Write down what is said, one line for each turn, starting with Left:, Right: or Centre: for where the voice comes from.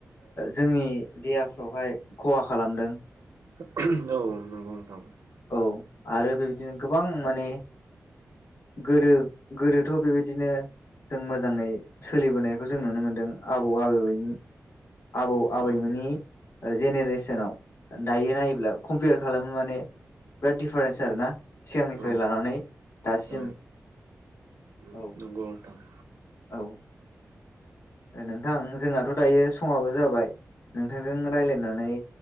Left: जोंनि देहाफ्रावहाय खहा खालामदों।
Right: औ नंगौ नोंथां।
Left: औ आरो बेबायदिनो गोबां माने गोदो गोदोथ' बेबायदिनो जों मोजाङै सोलिबोनायखौ जों नुनो मोन्दों आबौ आबबैनि आबौ आबै
Right: औ
Left: मानि जेनेरेसनाव दायो नायोब्ला कम्पयार खालामो माने बिराद दिडिफारेन्स आर ना सिगांनिफ्राय
Right: औ
Left: लानानै दासिम।
Right: औ
Left: औ
Right: नंगौ नोंथां औ नोंथां
Left: औ नोंथां जोंहथ' दायो समाबो जाबाय नोंथांजों राय्लायनानै